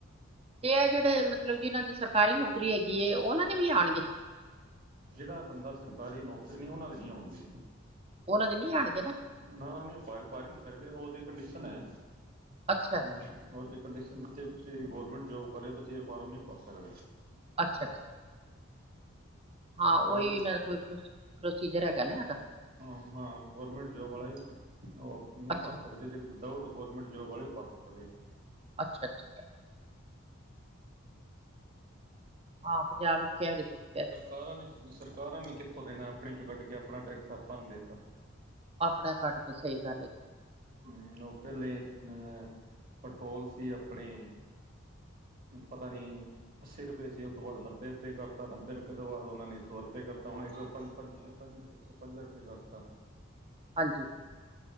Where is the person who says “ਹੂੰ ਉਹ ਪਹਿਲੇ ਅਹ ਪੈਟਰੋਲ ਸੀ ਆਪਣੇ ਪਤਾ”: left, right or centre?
Right